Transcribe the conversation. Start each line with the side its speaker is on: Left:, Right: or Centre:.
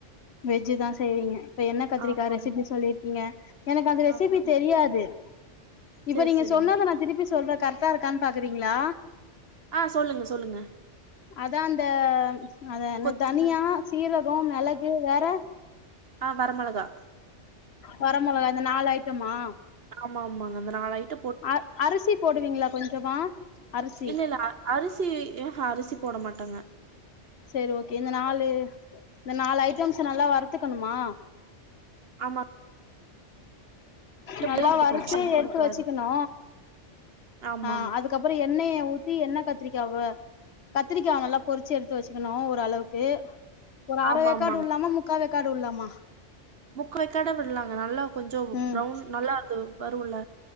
Left: வெஜ்ஜிதா செய்றீங்க இப்ப கத்திரிக்கா
Right: ஆமாங்க
Left: ரெசிபி சொல்லிறிக்கீங்க எனக்கு அந்த ரெசிபி
Right: ஆமாங்க
Left: தெரியாது இப்ப
Right: சரி
Left: நீங்க
Right: சரிங்க
Left: சொன்னத நா திருப்பி சொல்றே கர்ட்டா இருக்கா பாக்குறீங்களா
Right: அ சொல்லுங்க சொல்லுங்க
Left: அதா அந்த அத என்ன
Right: கொத்தமல்லி
Left: தனியா சீரகம் மிளகு வேற
Right: அ வரமிளகா
Left: வரமொளகா இந்த நாலயிட்டமா
Right: ஆமாமாங்க அந்த நாலயிட்ட
Left: அர் அரிசி போடுவீங்களா கொஞ்சமா அரிசி
Right: இல்ல இல்ல அ- அரிசி அஹ அரிசி போட மாட்டாங்க
Left: சேரி ஓகே இந்த நாலு இந்த நாலு ஐட்டம்ஸ நல்லா வரத்துக்கணுமா
Right: ஆமாங்
Left: நல்லா
Right: பாத்துக்கணு
Left: வறுத்து
Right: இது பண்ண
Left: எடுத்து
Right: கூடாது
Left: வச்சுக்குணு
Right: ஆமாங்க
Left: அ அது அதுக்கப்பறோ எண்ணெய ஊத்தி எண்ணக் கத்திரிக்காயவ கத்திரிக்கா நல்லா பொறிச்சு எடுத்து வச்சுக்கணு ஓரளவுக் து ஒரு அர
Right: ஆமா
Left: வேக்காடு
Right: ஆமாங்க
Left: உள்லாமா முக்கா வேக்காடு உள்லாமா
Right: முக்கா வேக்காட விட்லாங்க நல்லா கொஞ்சோ
Left: ம்
Right: ப்ரௌன் நல்லா அது வருல்ல